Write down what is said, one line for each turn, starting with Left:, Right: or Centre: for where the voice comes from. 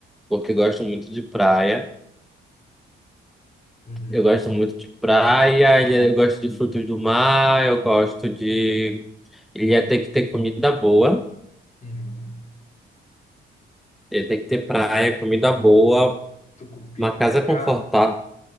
Centre: porque eu gosto muito de praia.
Left: Uhum.
Centre: Eu gosto muito de praia, e eu gosto de frutos do mar, eu gosto de. Ele ia ter que ter comida boa.
Left: Uhum.
Centre: Ele tem que ter praia, comida boa,
Left: Tucupi,
Centre: uma
Left: tacacá,
Centre: casa confortável.